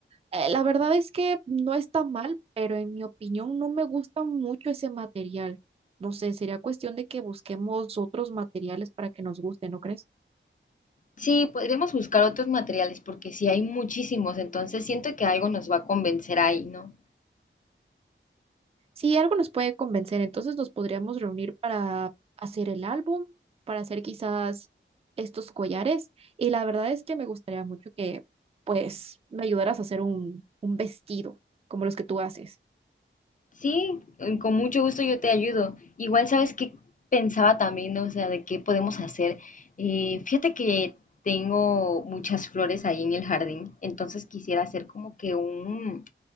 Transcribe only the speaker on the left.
Sí, podríamos buscar otros materiales porque sí hay muchísimos, entonces siento que algo nos va a convencer ahí, ¿no?
Sí, eh, con mucho gusto yo te ayudo. Igual sabes que pensaba también, ¿no? o sea, de qué podemos hacer. Eh, fíjate que tengo muchas flores ahí en el jardín, entonces quisiera hacer como que un,